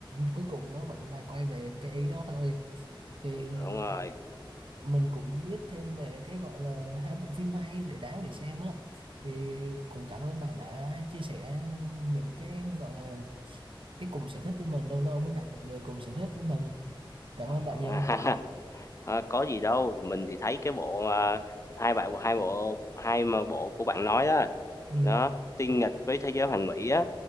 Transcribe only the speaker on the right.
cuối cùng nó vẫn là quay về cái ý đó thôi thì ừm,
mình cũng biết thêm về cái gọi là hai bộ phim hay để đáng để xem á thì cũng cảm ơn bạn đã chia sẻ những cái gọi là cái cùng sở thích với mình lâu lâu mới gặp được người cùng sở thích với mình cảm ơn bạn
nhiều
ừ.